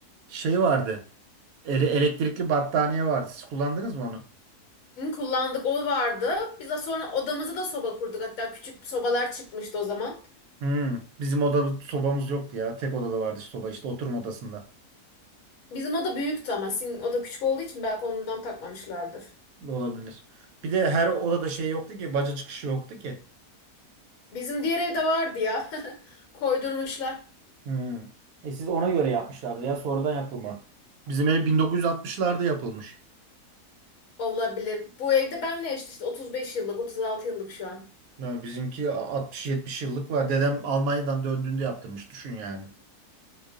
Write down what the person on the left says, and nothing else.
Hı, Kullandık o vardı. Biz de sonra odamızı da soba kurduk. Hatta küçük sobalar çıkmıştı o zaman.
Bizim oda büyüktü ama sizin oda küçük olduğu için belki ondan takmamışlardır.
Bizim diğer evde vardı ya. <laughs> Koydurmuşlar.
Olabilir. Bu evde benle eşit işte 35 yıllık, 36 yıllık şu an.